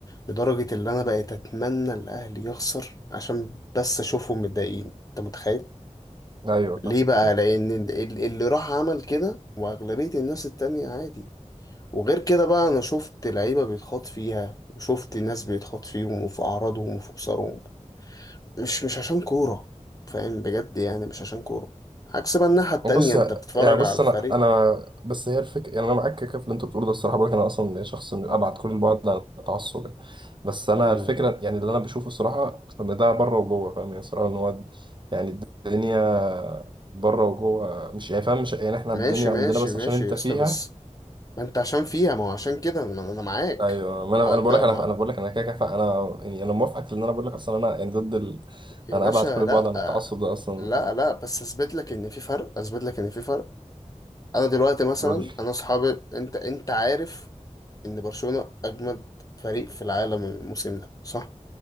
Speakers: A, on the left (about 30°); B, on the right (about 40°).
A: لدرجة اللي انا بقيت اتمنى الاهلي يخسر عشان بس اشوفهم متضايقين انت متخيل
B: ايوه فاهم
A: ليه بقى لان ال- اللي راح عمل كده واغلبية الناس التانية عادي وغير كده بقى انا شفت لعيبة بيتخاط فيها وشفت ناس بيتخاط فيهم وفي اعراضهم وفي خسارهم مش مش عشان كورة فاهم بجد يعني مش عشان كورة عكس بقى الناحية التانية
B: بص
A: انت بتتفرج
B: يعني
A: على
B: بص
A: الفريق
B: انا انا بس هي الفكره يعني انا معاك كده في اللي انت بتقوله ده الصراحه بقولك انا اصلا شخص من ابعد كل البعد عن التعصب يعني. بس انا
A: مم.
B: الفكره يعني اللي انا بشوفه الصراحه ان ده بره وجوه فاهم يعني الصراحه ان هو يعني الدنيا بره وجوه مش يعني فاهم مش يعني احنا
A: ماشي
B: الدنيا
A: ماشي
B: عندنا بس
A: ماشي
B: عشان انت
A: يا اسطى
B: فيها
A: بس ما انت عشان فيها ما هو عشان كده ما انا معاك
B: ايوه ما
A: ما
B: انا
A: هو
B: انا
A: انت
B: بقول
A: ما
B: لك انا انا بقول لك انا كده كده فا- انا يعني انا موافقك لان انا بقول لك اصلا انا يعني ضد ال...
A: يا
B: انا
A: باشا
B: ابعد كل البعد
A: لا
B: عن التعصب ده اصلا
A: لا لا بس اثبت لك ان في فرق اثبت لك ان في فرق انا دلوقتي مثلا
B: بقول لك
A: انا اصحابي انت انت عارف ان برشلونة اجمد فريق في العالم الموسم ده صح